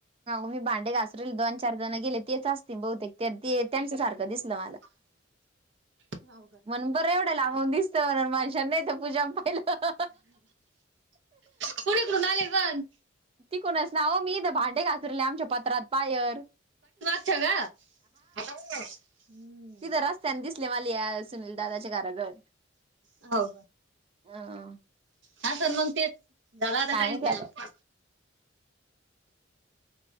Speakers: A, on the right; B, on the right.
A: मी भांडे घासरल दोन, चार जण गेले तेच असतील बहुतेक ते त्यांच्या सारखं दिसलं मला.
B: <inaudible> हाव का?
A: मण बरं एवढं लाबून दिसत माणशां नाही ते पूजा पाहिलं.
B: कोणी कडुणा आले पण
A: ती कोणच ना हो मी इथे भांडे घासून राहिली आमच्या पत्रात बायर.
B: अच्छ का. हम्म.
A: तिथ रास्त्यानी दिसले मला या सुनील दादाच्या घरा जवळ.
B: हो
A: हा हम.
B: हा सण मग तेच झाला आता
A: काय
B: टाईम
A: माहिती
B: बाहेर